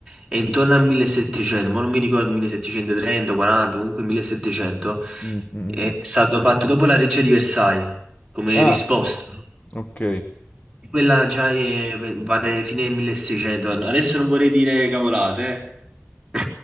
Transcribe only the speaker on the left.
Mm, mm, mm.
Ah,
ok.